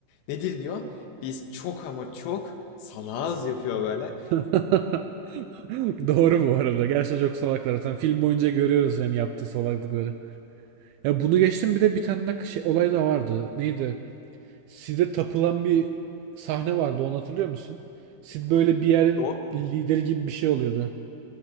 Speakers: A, on the left; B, on the right.
A: Nedir diyor. Biz çok ama çok salağız yapıyor böyle.
B: <laughs> Doğru bu arada. Gerçekten çok salaklar. Zaten film boyunca görüyoruz yani yaptığı salaklıkları. Ya bunu geçtim bir de bir tane de şey, olay da vardı. Neydi? Sid'e tapılan bir sahne vardı onu hatırlıyor musun? Sid böyle bir yerin
A: Do-
B: lideri gibi bir şey oluyordu.